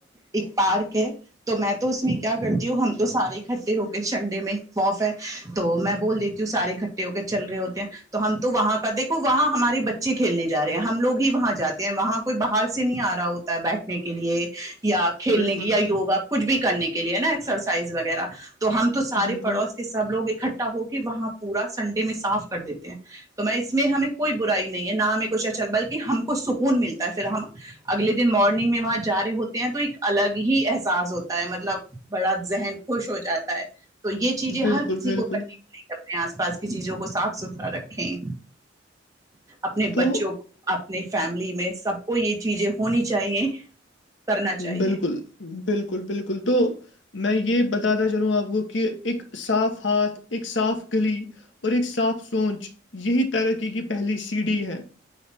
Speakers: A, on the right (about 20°); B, on the left (about 70°).
A: ایک پارک ہے تو میں تو اس میں کیا کرتی ہوں ہم تو سارے اکٹھے ہو کے چنڈے میں وف ہے تو میں بول دیتی سار اٹھے ہو کے چل رہے ہوتے ہیں تو ہم تو وہاں کا دیکھو وہاں ہمارے بچے کھیلنے جا رہے ہیں ہم لوگ ہی وہاں جاتے ہیں وہاں کوئی باہر سے نہیں آ رہا ہوتا ہے بیٹھنے کے لیے یا کھیلنے
B: بالکل
A: کے یا یوگا کچھ بھی کرنے کے لیے نا ایکسرسائز وغیرہ تو ہم تو سارے
B: بالکل
A: پڑوس سب لوگ اکٹھا ہو کے وہاں پورا سنڈے میں صاف کر دیتے ہیں تو میں اس میں ہمیں کوئی برائی نہیں ہے نہ ہمیں کچھ اچل بلکہ ہم کو سکون ملتا ہے پھر ہم اگلے دن مارننگ میں وہاں جا رہے ہوتے ہیں تو ایک الگ ہی احساس ہوتا ہے مطلب بڑا ذہن خوش ہو جاتا ہے تو یہ چیزیں
B: بالکل
A: ہر کسی
B: بالکل
A: کو کر اپنے آس پاس کی چیزوں کو صاف ستھرا رکھیں اپنے
B: تو
A: بچوں کو اپنے فیملی میں سب کو یہ چیزیں ہونی چاہیے کرنا چاہیے
B: بالکل بالکل بالکل تو میں یہ بتاتا چلوں آپ کو کہ ایک صاف ہاتھ ایک صاف گلی اور ایک صاف سونچ یہی ترقی کی پہلی سی ڈھی ہے